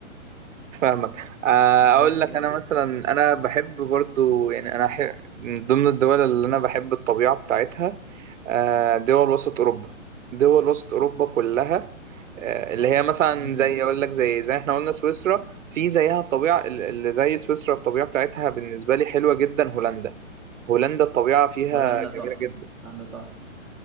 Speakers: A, on the right; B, in the centre.
A: فاهمك آه،
B: بس
A: اقول لك
B: يعني
A: انا مثلا انا بحب برضو يعني انا ح... من ضمن الدول اللي انا بحب الطبيعه بتاعتها آه، دول وسط اوروبا دول وسط اوروبا كلها آه، اللي هي مثلا
B: امم
A: زي اقول لك زي زي احنا قلنا سويسرا في زيها الطبيعه ال- اللي زي سويسرا الطبيعه بتاعتها بالنسبه لي حلوه جدا هولندا هولندا الطبيعه فيها
B: هولندا
A: جميله
B: تحفة
A: جدا
B: هولندا تحفة